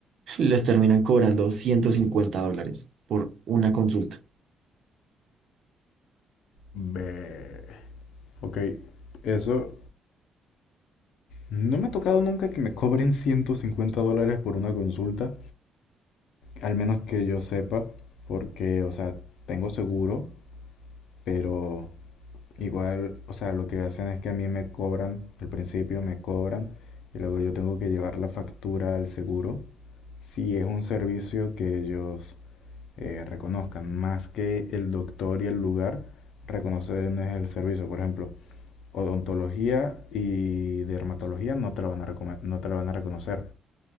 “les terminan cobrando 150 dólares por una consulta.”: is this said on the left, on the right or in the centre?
Right